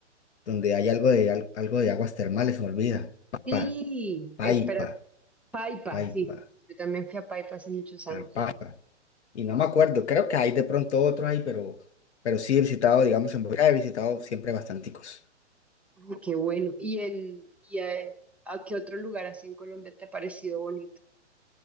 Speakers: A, on the left; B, in the centre.
A: donde hay algo de, al- algo de aguas termales, se me olvida. Paipa,
B: Sí,
A: Paipa,
B: espérate. Paipa,
A: Paipa,
B: sí, sí, sí. Yo también fui a Paipa hace muchos años.
A: ah, Paipa. Y no me acuerdo, creo que hay de pronto otro ahí, pero, pero sí he visitado, digamos, en Bogotá he visitado siempre bastanticos.
B: Ay, qué bueno. ¿Y, en, y a, a qué otro lugar así en Colombia te ha parecido bonito?